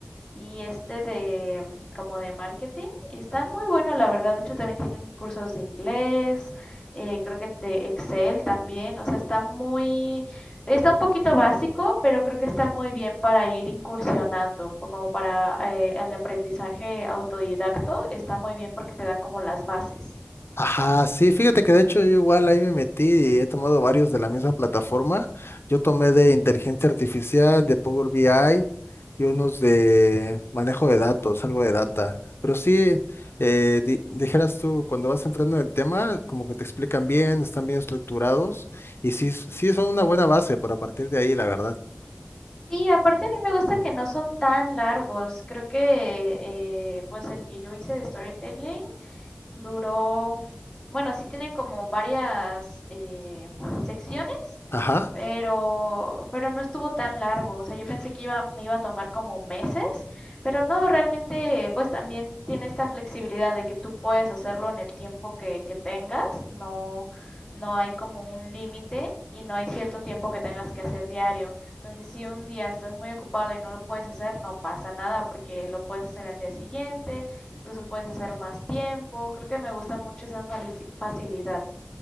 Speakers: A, on the left; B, on the left.
A: y este de mm, como de marketing. Está muy bueno, la verdad. De hecho, también tienen cursos de inglés, eh, creo que de Excel también. O sea, está muy Está un poquito básico, pero creo que está muy bien para ir incursionando, po- como para eh, el aprendizaje autodidacto, está muy bien porque te da como las bases.
B: Ajá, sí, fíjate que de hecho yo igual ahí me metí y he tomado varios de la misma plataforma. Yo tomé de inteligencia artificial, de Power BI y unos de manejo de datos, algo de data. Pero sí, eh, di- dijeras tú, cuando vas entrando en el tema, como que te explican bien, están bien estructurados y sí, sí son una buena base para partir de ahí, la verdad.
A: Sí, aparte a mí me gusta que no son tan largos. Creo que eh, pues el que yo hice de storytelling Duró, bueno, sí tiene como varias eh, secciones,
B: Ajá.
A: pero, pero no estuvo tan largo. O sea, yo pensé que iba, me iba a tomar como meses, pero no, realmente, pues también tiene esta flexibilidad de que tú puedes hacerlo en el tiempo que, que tengas. No, no hay como un límite y no hay cierto tiempo que tengas que hacer diario. Entonces, si un día estás muy ocupado y no lo puedes hacer, no pasa nada porque lo puedes hacer al día siguiente incluso puedes hacer más tiempo. Creo que me gusta mucho esa facilidad.